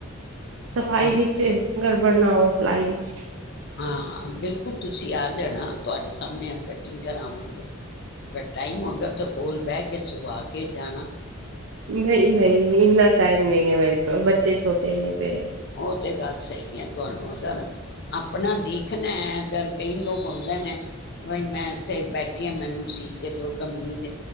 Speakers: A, on the right (about 65°); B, on the left (about 50°).
A: ਸਫ਼ਾਈ
B: ਹੂੰ,
A: ਵਿੱਚ ਗੜਬੜ ਨਾ ਓ ਸਲਾਈ ਵਿੱਚ।
B: ਹਾਂ-ਹਾਂ ਬਿਲਕੁਲ ਤੁਸੀਂ ਆ ਜਾਨਾ ਤੁਆਡੇ ਸਾਮਨੇ ਆ ਕਟਿੰਗ ਕਰਾਵਾਂਗੇ। ਅਗਰ ਟਾਈਮ ਹੋਗਾ ਤਾਂ ਕੋਲ ਬੈ ਕੇ ਸੁਬਾ ਕੇ ਜਾਨਾ।
A: ਨਈ-ਨਈ ਇੰਨਾ ਟਾਈਮ ਨਈ ਐ ਮੇਰੇ ਕੋਲ ਬੱਚੇ ਛੋਟੇ ਨੇ ਮੇਰੇ।
B: ਓ ਤੇ ਗੱਲ ਸਈ ਐ ਤੁਆਨੂੰ ਅਗਰ ਆਪ ਅਪਨਾ ਦੇਖਨਾ ਅਗਰ ਕਈ ਲੋਕ ਔਂਦੇ ਨੇ। ਬਈ ਮੈਂ ਏਥੇ ਬੈਠੀ ਆਂ ਮੈਨੂੰ ਸੀਅ ਕੇ ਦਿਓ ਕਮੀਜ਼।